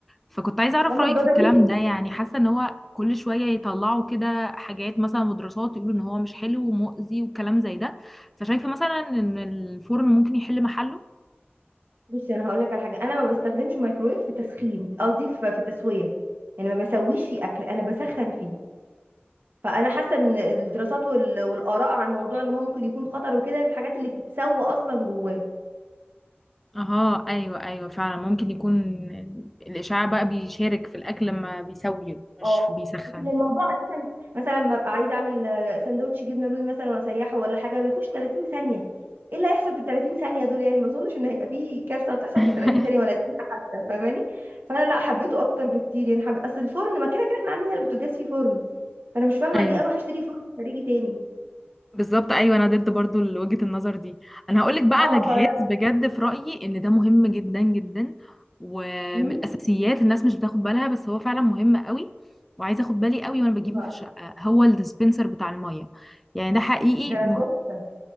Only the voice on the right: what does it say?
لما
تجربي
بصي انا هقول لك على حاجة انا ما بستخدمش مايكرويف في تسخين قصدي في في التسوية يعني ما بسويش فيه اكل انا بسخن فيه فانا حاسه ان الدراسات وال- والاراء عن موضوع ان هو ممكن يكون خطر وكده في الحاجات اللي بتتسوى اصلا جواه
اه
لكن الموضوع اساسا مثلا ما ابقى عايزه اعمل آه، سندوتش جبنه رومي مثلا واسيحه ولا حاجه بيخش 30 ثانيه ايه اللي هيحصل في ال 30 ثانيه دول يعني ما اظنش ان هيبقى في كارثه هتحصل
في ال 30 ثانيه ولا دقيقه حتى فاهماني فانا لا حبيته اكتر بكتير يعني حب... اصل الفرن ما كده كده احنا عندنا البوتاجاز فيه فرن فانا مش فاهمه
ليه اروح اشتري فرن خارجي تاني
اه
فلا
امم
إيه بقى؟
ده
تحفه